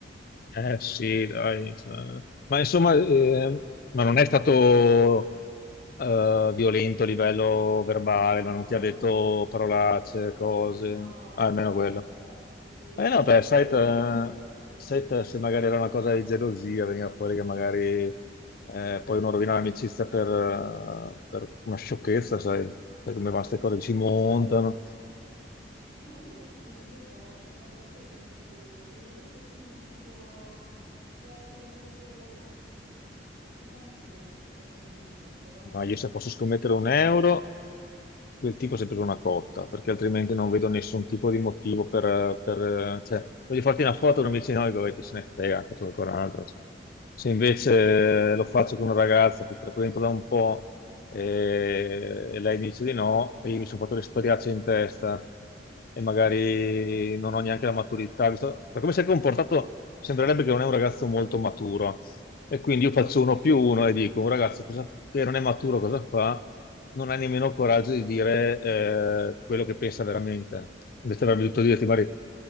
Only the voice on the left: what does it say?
Eh sì, dai. cioè. Ma insomma, eh, ma non è stato eh, violento a livello verbale,
no? non ti ha detto parolacce, cose,
Ah,
almeno
quello.
Eh no, beh,
sai,
te-
sai
te se magari era una cosa di gelosia, veniva fuori che magari eh, poi
uno rovina l'amicizia per, eh, per una sciocchezza, sai, sai come vanno queste cose,
che si montano.
Ma io se posso scommettere un euro... quel tipo è sempre una cotta, perché altrimenti non vedo nessun tipo di motivo per... per- cioè, voglio farti una foto, non mi dici no, vabbè, chi se ne frega, faccio ancora un'altra. cioè. Se invece lo faccio con una ragazza che frequento da un po' e, e lei dice di no, e io mi sono fatto le storiacce in testa e magari non ho neanche la maturità, visto... ma come si è comportato, sembrerebbe che non è un ragazzo molto maturo e quindi io faccio uno più uno e dico, un ragazzo cosa- che non è maturo cosa fa? Non ha nemmeno il coraggio di dire eh, quello che pensa veramente. Invece avrebbe dovuto dirti, Mari,